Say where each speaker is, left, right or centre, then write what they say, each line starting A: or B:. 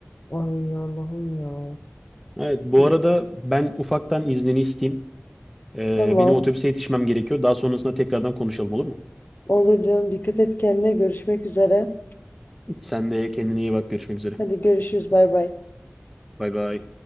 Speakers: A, on the left; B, in the centre.
A: Ay Allah'ım ya.
B: Evet bu
A: Biz,
B: arada ben ufaktan iznini isteyeyim. Ee,
A: tamam.
B: benim otobüse yetişmem gerekiyor. Daha sonrasında tekrardan konuşalım olur mu?
A: Olur canım dikkat et kendine görüşmek üzere.
B: Sen de kendine iyi bak. Görüşmek üzere.
A: Hadi görüşürüz bay bay.
B: Bay bay.